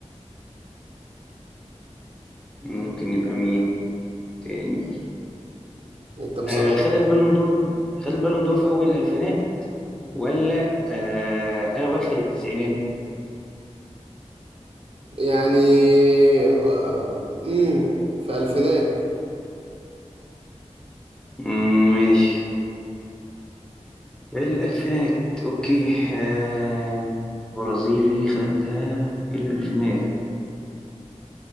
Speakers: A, in the centre; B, on the right (about 55°).
A: ممكن يبقى مين تاني
B: أنت مسقط
A: آه خد البالون دور خد البالون دور في اول الالفينات ولا آه اواخر التسعينات
B: يعني آه، مم. في ألفينات
A: مم، ماشي الالفينات اوكي آه برازيلي خدها في الالفينات